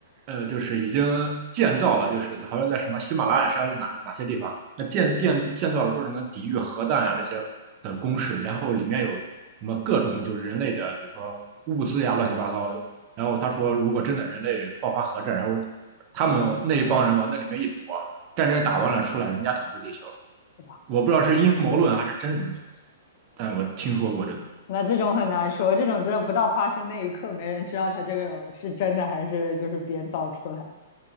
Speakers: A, on the right (about 35°); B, on the left (about 45°).
A: 呃，就是已经建造了，就是好像在什么喜马拉雅山哪哪些地方，那建建建造了说是能抵御核弹啊那些的工事，然后里面有什么各种就是人类的，比如说物资呀乱七八糟。然后他说，如果真的人类爆发核战，然后他们那一帮人往那里面一躲，战争打完了出来，人家统治地球。
B: 哇，
A: 我不知道是阴谋论还是真有这个东西，
B: 嗯，
A: 但我听说过这个。
B: 那这种很难说，这种真的不到发生那一刻，没人知道他这个是真的还是就是编造出来